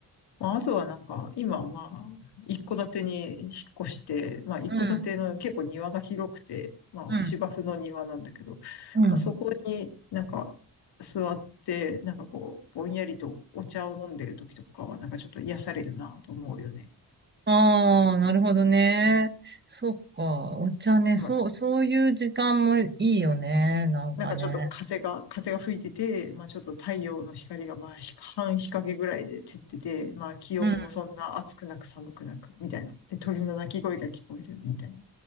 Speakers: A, on the left; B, on the right.
A: まあ、あとはなんか、今まあ、一戸建てに引っ越して、まあ、一戸建ての結構庭が広くて、
B: うん。
A: まあ、
B: うん。
A: 芝生の庭なんだけど、
B: うん。
A: まあ、そこになんか座って、なんかこう、ぼんやりとお茶を飲んでる時とかは、なんかちょっと癒されるなと思うよね。
B: ああ、なるほどね。そっか。お茶ね。
A: まあ、
B: そう、そういう時間もいいよね。なんかね。
A: なんかちょっと風が、風が吹いてて、まあ、ちょっと太陽の光がまあ、ひ半日陰ぐらいで照ってて、まあ、気温もそんな暑くなく寒くなく、
B: うん。
A: みたいな。で、鳥の鳴き声が聞こえる、みたいな。